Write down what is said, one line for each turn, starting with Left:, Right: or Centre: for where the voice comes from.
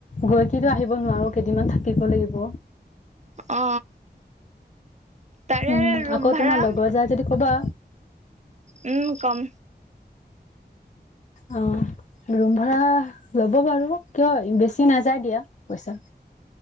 Left: গৈ কিন্তু আহিব নোৱাৰো কেইদিনমান থাকিব লাগিব
Right: অ তাৰে
Left: উম
Right: ৰুম
Left: আকৌ
Right: ভাড়া
Left: তোমাৰ লগৰ যাই যদি কবা
Right: উম, কম
Left: অ, ৰুম ভাড়া। ল'ব বাৰু কিয় বেছি নাযায় দিয়া পইচা